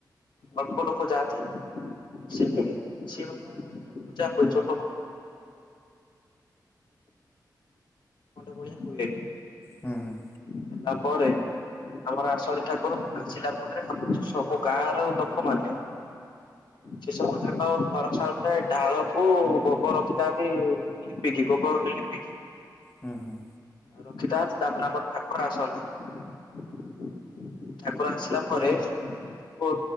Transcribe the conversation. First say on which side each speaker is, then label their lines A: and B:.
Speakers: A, on the left; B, on the left.
A: ଅଳ୍ପ ଲୋକ ଯାଆନ୍ତି ସେଠି ସିଏ <unintelligible> <unintelligible> ଅଧ ଘଣ୍ଟେ ଭଳିଆ ହୁଏ
B: ହୁଁ ହୁଁ।
A: ହେଲା ପରେ ଆମର ଆଶାଢୀ ଠାକୁର ଆସିଲା ପରେ ଆମ ସବୁ ଗାଁର ଲୋକମାନେ ସେ ସବୁ ତାଙ୍କ ଭରସା ମାନେ ଢାଳକୁ ଗୋବର ରଖିଥାନ୍ତି ଲିପିକି, ଗୋବରରୁ ଲିପିକି
B: ହୁଁ ହୁଁ।
A: ରଖିଥାନ୍ତି। ତାପରେ ଆମର ଠାକୁର ଆସନ୍ତି। ଠାକୁର ଆସିଲା ପରେ, ପ